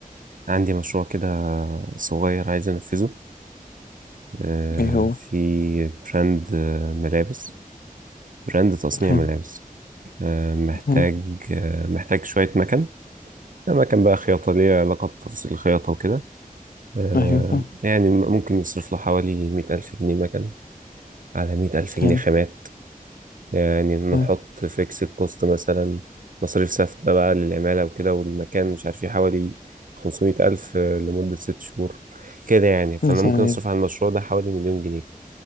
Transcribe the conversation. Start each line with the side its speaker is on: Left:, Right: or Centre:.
Right: عندي مشروع كده صغير عايز انفذه آه
Left: إيه هو؟
Right: في براند آه، ملابس براند تصنيع
Left: حلو
Right: ملابس آه محتاج
Left: حلو
Right: آه محتاج شويه مكن مكن بقى خياطه ليها علاقه بتفاصيل الخياطه وكده آه
Left: أيوه فاهم
Right: يعني ممكن يصرف له حوالي 100000 جنيه مكن على 100000 جنيه
Left: حلو
Right: خامات يعني نحط
Left: حلو
Right: فيكس الكوست مثلا مصاريف ثابتة بقى للعمالة وكده والمكان مش عارف ايه حوالي خمسمية ألف لمدة ست شهور كده يعني فأنا
Left: مثلا
Right: ممكن أصرف
Left: يعني،
Right: على المشروع ده حوالي مليون جنيه كده